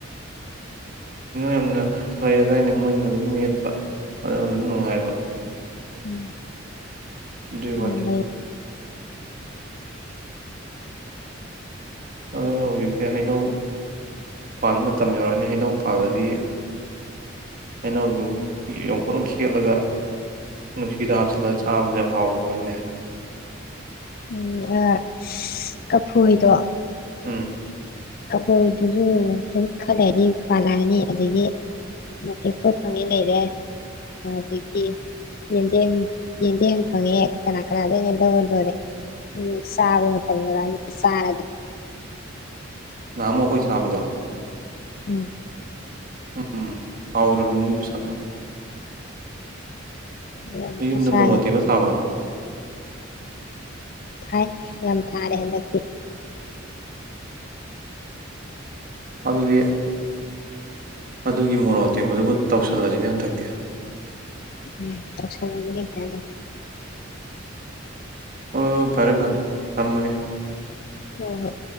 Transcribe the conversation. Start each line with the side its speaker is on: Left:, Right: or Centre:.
Right: ꯌꯥꯝꯅ ꯂꯩꯔꯗꯥꯏꯅꯦ ꯃꯣꯏꯅ ꯑꯗꯨꯝ ꯃꯦꯠꯄ ꯑꯗꯨꯅ ꯑꯗꯨꯝ ꯅꯨꯡꯉꯥꯏꯕ
Left: ꯎꯝ
Right: ꯑꯗꯨꯒꯤ ꯋꯥꯅꯤ
Left: ꯎ ꯂꯩ
Right: ꯎ ꯑ ꯍꯧꯖꯤꯛꯁꯦ ꯍꯥꯏꯥꯏꯅꯧ ꯄꯥꯟꯕ ꯃꯇꯝ ꯌꯧꯔꯛꯑꯅꯤ ꯍꯩꯅꯧ ꯄꯥꯜꯂꯗꯤ ꯍꯩꯅꯧꯗꯨ ꯌꯣꯈꯠꯅ ꯈꯦꯠꯂꯒ ꯅꯨꯡꯁꯤꯗ ꯍꯥꯞꯆꯤꯜꯂꯒ ꯆꯥꯕꯗ ꯌꯥꯝ ꯍꯥꯎꯒꯗꯣꯏꯅꯦ
Left: ꯎꯝ ꯑ ꯀꯐꯣꯏꯗꯣ
Right: ꯎꯝ
Left: ꯀꯕꯣꯏꯗꯨꯁꯨ ꯁꯨꯝ ꯈꯜꯂꯛꯑꯗꯤ ꯄꯥꯜꯂꯛꯑꯅꯤ ꯑꯗꯨꯗꯒꯤ ꯃꯇꯦꯛꯄꯣꯠ ꯐꯪꯉꯤ ꯂꯩꯔꯦ ꯑꯗꯨꯗꯒꯤ ꯌꯦꯟꯗꯦꯝ ꯌꯦꯟꯗꯦꯝ ꯐꯪꯉꯦ ꯀꯅꯥ ꯀꯅꯥꯗꯅ ꯂꯧꯔ ꯂꯣꯏꯔꯦ ꯆꯥꯕ ꯃꯇꯝ ꯌꯣꯏꯔꯛꯑꯅꯤ ꯆꯥꯔꯒ
Right: ꯃꯣ ꯀꯣꯏ ꯆꯕꯗꯣ
Left: ꯎꯝ
Right: ꯎꯝ ꯑꯥꯎ ꯔꯝꯅꯤꯗꯨ ꯐ ꯁꯥꯥꯗ
Left: ꯑꯗꯨꯒ ꯑꯃꯨꯛꯀ
Right: ꯃꯤ ꯌꯨꯝꯗ
Left: ꯆꯥꯒꯗꯝ
Right: ꯃꯣꯔꯣ ꯇꯦꯕ ꯁꯥꯕ꯭ꯔꯣ
Left: ꯊꯥꯏ ꯌꯥꯝ ꯊꯥꯔꯦ ꯍꯟꯗꯛꯇꯤ
Right: ꯑꯗꯨꯗꯤ ꯑꯗꯨꯒꯤ ꯃꯣꯔꯣꯛ ꯑꯇꯦꯛꯄꯗꯨꯒ ꯇꯧꯁꯜꯂꯁꯤꯅꯦ ꯍꯟꯇꯛꯇꯤ
Left: ꯎꯝ ꯇꯁꯒꯦ
Right: ꯑꯣ ꯐꯔꯦ ꯐꯔꯦ ꯊꯝꯃꯒꯦ
Left: ꯎꯝ ꯍꯣꯏ